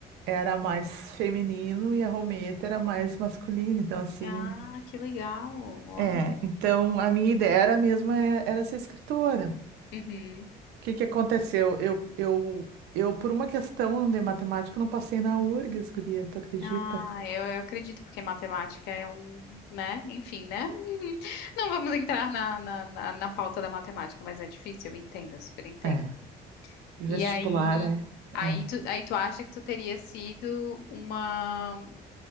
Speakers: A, on the right; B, on the left.
A: era mais feminino e a Rometa era mais masculina. Então, assim.
B: Ah, que legal. Olha.
A: É, então a minha ideia era mesmo é- era ser escritora.
B: Uhum.
A: que que aconteceu? Eu, eu, eu, por uma questão de matemática, não passei na URGS, guria, tu acredita?
B: Ah, eu, eu acredito, porque matemática é um, né? Enfim, né? <laughs> Uhum. Não vamos entrar na, na, na, na pauta da matemática, mas é difícil, eu entendo, eu super entendo.
A: É, <laughs> e vestibular,
B: E aí,
A: é,
B: aí
A: é.
B: tu, aí tu acha que tu teria sido uma.